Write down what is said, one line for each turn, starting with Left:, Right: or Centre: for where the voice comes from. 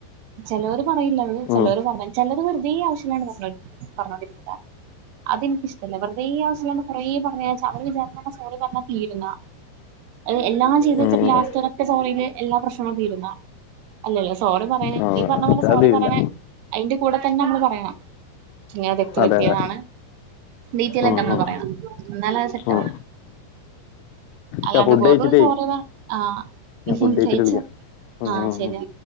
Right: ചിലർ പറയില്ല
Left: ഉം,
Right: ചിലവര് പറഞ്ഞ ചിലർ വെറുതിയ ആവശ്യല്ലാണ്ട് പറഞ്ഞോണ്ടിരിക്കും അതെനിക്കഷ്ടല്ല വെറുത ആവശ്യല്ലാണ്ട് കുറെ പറഞ്ഞച്ചാ അവര് വിചാരക്കെ സോറി പറഞ്ഞ തീരുന്നാ അ എല്ലാം ചെയ്ത
Left: ഉം,
Right: വെച്ച്
Left: ഉം.
Right: ലാസ്റ്റ് ഒരറ്റ സോറിൽ എല്ലാ പ്രശ്നങ്ങളും തീരുന്ന അല്ലല്ല സോറി പറയുന്ന
Left: ആ,
Right: നീ പറഞ്ഞ പോലെ സോറി
Left: അത് ഇല്ല
Right: പറയണ അതിന്റെ കൂടെ തന്നെ നമ്മള് പറയണം ഇങ്ങനെ തെറ്റ്
Left: അതെ
Right: പറ്റിയതാണ്
Left: അതെ
Right: ഡീറ്റെൽ
Left: ഉം,
Right: ആയിട്ട് നമ്മള്
Left: ഉം,
Right: പറയണം എന്നാല അത് സെറ്റാവൊള്ളൂ
Left: ഉം.
Right: അല്ലാണ്ട്
Left: ഞാൻ ഫുഡ്
Right: വെറും
Left: കഴിച്ചിട്ടേ
Right: സോറിവ ആ
Left: ഞാൻ ഫുഡ് കഴിച്ചിട്ട്
Right: കയിച്ച
Left: വിളിക്കാം ഉം,
Right: ആ
Left: ഉം,
Right: ശരിയ
Left: ഉം.